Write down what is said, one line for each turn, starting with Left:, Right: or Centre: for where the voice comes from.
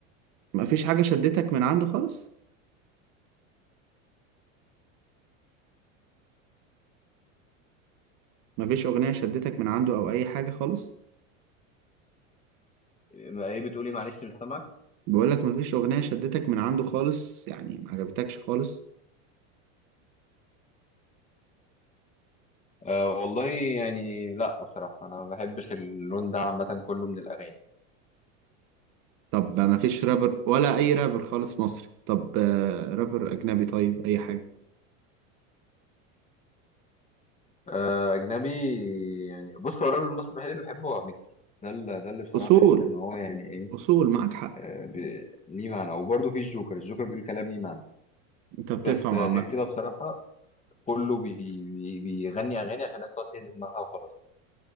Right: ما فيش حاجه شدتك من عنده خالص ما فيش اغنيه شدتك من عنده او اي حاجه خالص
Left: ما- ايه بتقولي معلش مش سامعك
Right: بقول لك ما فيش اغنيه شدتك من عنده خالص يعني ما عجبتكش خالص
Left: أه والله يعني لا بصراحة انا ما بحبش اللون ده عامة كله من الاغاني
Right: طب ما فيش رابر ولا اي رابر خالص مصري طب آه رابر اجنبي طيب اي حاجه
Left: آه، اجنبي يعني بص هو الراجل المصري الوحيد اللي بحبه هو مكي ده اللي ده اللي بصراحه
Right: اصول
Left: بحس ان هو يعني ايه
Right: اصول معاك حق
Left: آه، ب- ليه معنى وبرده في الجوكر الجوكر بيقول كلام ليه معنى
Right: انت بتفهم
Left: بس آه،
Right: عامه
Left: غير كده بصراحه كله بي بي بيغني اغاني عشان الناس تقعد تهز دماغها وخلاص